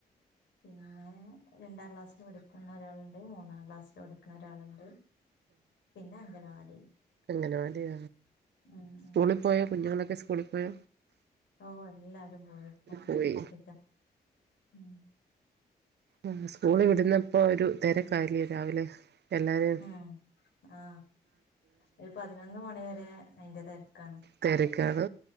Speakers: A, on the left; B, on the right.
A: പിന്നെ രണ്ടാം ക്ലാസ്സിൽ പഠിക്കുന്ന ഒരാൾ മൂന്നാംക്ലാസ്സ്‌ ഓടിക്കുന്ന ഒരാളുണ്ട് പിന്നെ അഗ നവാടി
B: അങ്ങനവാടിയ
A: ഉം ഉം
B: സ്കൂളിൽ പോയാ കുഞ്ഞുങ്ങളൊക്കെ- സ്കുളിപ്പോയ
A: ഓ എല്ലാരും പോയിപ്പോ
B: പോയി
A: ഒറ്റക്ക ഉ
B: ആ സ്കൂള് ഇടുന്നപ്പോൊ ഒരു തിരക്കാലി രാവിലെ എല്ലാരും
A: ഉം ആ ഒരു പതിനൊന്ന് മണി വരെ അയിന്റെ തിരക്കാണ്
B: തിരക്കാണ്